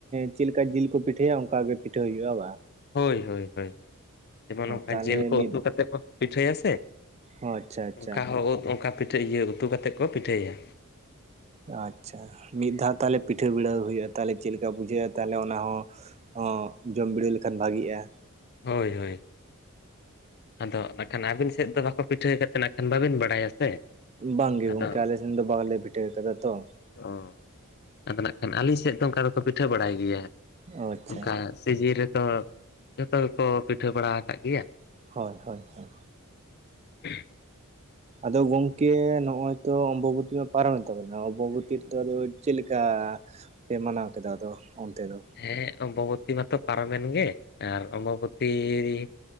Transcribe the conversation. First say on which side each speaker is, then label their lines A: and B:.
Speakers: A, on the right (about 30°); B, on the left (about 50°).
A: ᱪᱮᱫ ᱞᱮᱠᱟ ᱡᱤᱞ ᱠᱚ ᱯᱤᱴᱷᱟᱹᱭᱟ ᱚᱱᱠᱟᱜ ᱜᱮ ᱯᱤᱴᱷᱟᱹ ᱦᱩᱭᱩᱜᱼᱟ ᱵᱟ᱾
B: ᱦᱳᱭ ᱦᱳᱭ ᱡᱮᱢᱚᱱ ᱚᱱᱠᱟ
A: ᱛᱟᱦᱚᱞᱮ
B: ᱡᱤᱞ ᱠᱚ
A: ᱢᱤᱫ
B: ᱩᱛᱩ ᱠᱟᱛᱮ ᱠᱚ ᱯᱤᱴᱷᱟᱹᱭᱟ ᱥᱮ᱾
A: ᱦᱚᱸ ᱟᱪᱪᱷᱟ ᱟᱪᱪᱷᱟ
B: ᱚᱱᱠᱟ ᱦᱚᱸ ᱩᱫ ᱚᱱᱠᱟ ᱯᱤᱴᱷᱟᱹ ᱤᱭᱟᱹ ᱩᱛᱩ ᱠᱟᱛᱮ ᱠᱚ ᱯᱤᱴᱷᱟᱹᱭᱟ᱾
A: ᱟᱪᱪᱷᱟ ᱢᱤᱫ ᱫᱷᱟᱣ ᱛᱟᱦᱚᱞᱮ ᱯᱤᱴᱷᱟᱹ ᱵᱤᱲᱟᱹᱣ ᱦᱩᱭᱩᱜᱼᱟ ᱛᱟᱦᱚᱞᱮ ᱪᱮᱫ ᱞᱮᱠᱟ ᱵᱩᱡᱷᱟᱹᱜᱼᱟ ᱛᱟᱦᱚᱞᱮ ᱚᱱᱟ ᱦᱚᱸ- ᱦᱚᱸ ᱡᱚᱢ ᱵᱤᱲᱤᱣ ᱞᱮᱠᱷᱟᱱ ᱵᱷᱟᱜᱤᱮᱜᱼᱟ᱾
B: ᱦᱳᱭ ᱦᱳᱭ ᱟᱫᱚ ᱱᱟᱜ ᱠᱷᱟᱱ ᱟᱹᱵᱤᱱ ᱥᱮᱫ ᱫᱚ ᱵᱟᱠᱚ ᱯᱤᱴᱷᱟᱹᱛ ᱠᱷᱟᱱ ᱵᱟᱵᱤᱱ ᱵᱟᱲᱟᱭᱟ? ᱥᱮ
A: ᱵᱟᱝᱜᱮ
B: ᱟᱫᱚ
A: ᱜᱚᱝᱠᱮ ᱟᱞᱮ ᱥᱮᱱ ᱫᱚ ᱵᱟᱝᱞᱮ ᱵᱷᱤᱴᱷᱟᱹᱣ ᱠᱟᱫᱟ ᱛᱚ᱾
B: ᱚ ᱟᱫᱚ ᱱᱟᱜ ᱠᱷᱟᱱ ᱟᱹᱞᱤᱧ ᱥᱮᱫ ᱫᱚ ᱚᱱᱠᱟ ᱫᱚᱠᱚ ᱯᱤᱴᱷᱟᱹ ᱵᱟᱲᱟᱭ ᱜᱮᱭᱟ
A: ᱚ ᱟᱪᱪᱷᱟ
B: ᱚᱱᱠᱟ᱾ ᱥᱮ ᱡᱤ ᱨᱮ ᱛᱚ᱾ ᱡᱚᱛᱚ ᱜᱮᱠᱚ ᱯᱤᱴᱷᱟᱹ ᱵᱟᱲᱟ ᱟᱠᱟᱫ ᱜᱮᱭᱟ᱾
A: ᱦᱳᱭ ᱦᱳᱭ ᱦᱳᱭ᱾
B: <unintelligible>
A: ᱟᱫᱚ ᱜᱚᱝᱠᱮ ᱱᱚᱜᱚᱭ ᱛᱚ ᱚᱢᱵᱚᱵᱚᱛᱤ ᱢᱟ ᱯᱟᱨᱚᱢᱮᱱ ᱛᱟᱵᱚᱱᱟ ᱚᱢᱵᱚᱵᱚᱛᱤ ᱨᱮᱫᱚ ᱟᱫᱚ ᱪᱮᱫ ᱞᱮᱠᱟ- ᱯᱮ ᱢᱟᱱᱟᱣ ᱠᱮᱫᱟ ᱟᱫᱚ ᱚᱱᱛᱮ ᱫᱚ?
B: ᱦᱮᱸ ᱚᱢᱵᱚᱵᱚᱛᱤ ᱢᱟᱛᱚ ᱯᱟᱨᱚᱢᱮᱱ ᱜᱮ ᱟᱨ ᱚᱢᱵᱚᱵᱚᱛᱤ-